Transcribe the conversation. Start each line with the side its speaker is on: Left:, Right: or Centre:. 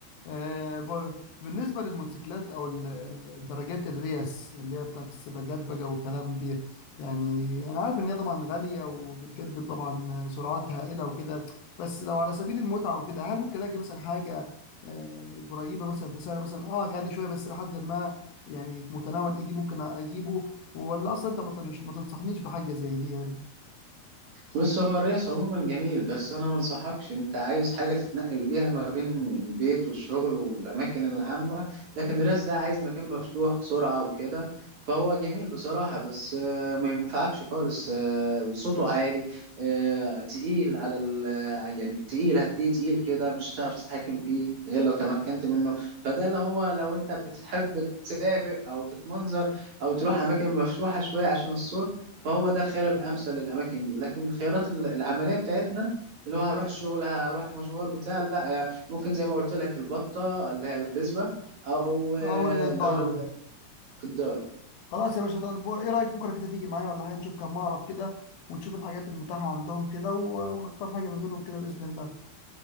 Left: آه، ب- بالنسبة للموتوسيكلات أو ال- الدراجات الريس اللي هي بتاعت السباقات بقى والكلام دي يعني أنا عارف إن هي طبعا غالية وبتقدم طبعا سرعات هائلة وكده بس لو على سبيل المتعة وكده هل ممكن ألاقي مثلا حاجة آه، قريبة مثلا في سعر مثلا أه غالي شوية بس لحد ما يعني في متناول إيدي ممكن أجيبه ولا اصلا انت ما تنش- ما تنصحنيش بحاجه زي دي يعني
Right: بص هو الريس عموما جميل بس انا ما انصحكش انت عايز حاجه تتنقل بيها ما بين البيت والشغل والاماكن العامه لكن الريس ده عايز مكان مفتوح سرعه وكده فهو جميل بصراحه بس آه، ما ينفعكش خالص آه، صوته عالي آه، تقيل على ال يعني تقيل هتلاقيه تقيل كده مش هتعرف تتحكم فيه غير لو تمكنت منه فده اللي هو لو انت بتحب تسابق او تتمنظر او تروح اماكن مفتوحه شويه عشان الصوت فهو ده الخيار الامثل للاماكن دي لكن الخيارات ال- العمليه بتاعتنا اللي هو هروح الشغل هروح مشوار بتاع لا آه، ممكن زي ما قلت لك البطه اللي هي الفيسبا او آه،
Left: او الدايون
Right: اللي هو ال- الضاي
Left: خلاص يا باشا طب ايه رايك بكره كده تيجي معايا ولا حاجه نشوف كم معرض كده ونشوف الحاجات المتاحه عندهم كده و- ونختار حاجه ما بينهم كده باذن الله